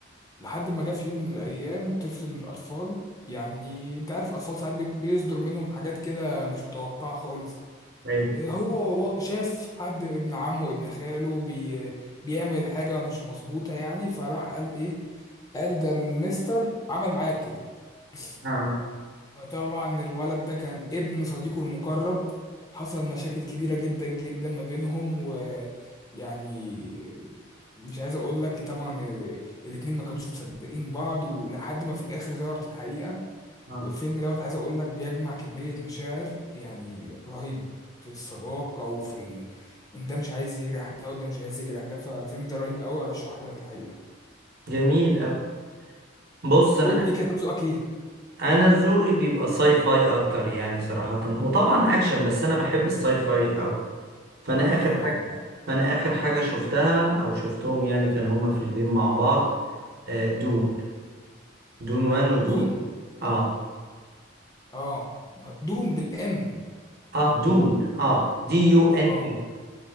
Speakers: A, on the left (about 20°); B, on the right (about 50°).
A: لحد ما جه في يوم من الأيام طفل من الأطفال يعني أنت عارف الأطفال ساعات بيت- بيصدر منهم حاجات كده مش متوقعة خالص
B: اي
A: هو و- شاف حد ابن عمه ابن خاله بي بيعمل حاجة مش مظبوطة يعني فراح قال ايه قال ده المستر عمل معايا كده <laughs>
B: اه اه
A: فطبعا الولد ده كان ابن صديقه المقرب حصل مشاكل كبيرة جدا جدا ما بينهم ويعني مش عايز اقول لك طبعا الاتنين ما كانوش مصدقين بعض ولحد ما في الاخر ظهرت الحقيقة
B: اه.
A: والفيلم دوت عايز اقول لك بيجمع كمية مشاعر يعني رهيبة في الصداقة وفي ال... ان ده مش عايز يجرح ده وده مش عايز يجرح ده فالفيلم ده رهيب قوي ارشحه لك الحقيقة
B: جميل أوي بص انا
A: قول لي كده طب ذوقك ايه
B: انا ذوقي بيبقى ساي فاي اكتر يعني صراحة وطبعا اكشن بس انا بحب الساي فاي اوي فانا اخر
A: حلو
B: حاجة
A: قوي
B: فانا اخر حاجة شفتها او شفتهم يعني كان هما فيلمين مع بعض آه، دون دون وان ودون
A: دون
B: اه
A: اه دون بالام
B: اه دون اه دي يو
A: اه
B: ان
A: اه
B: اي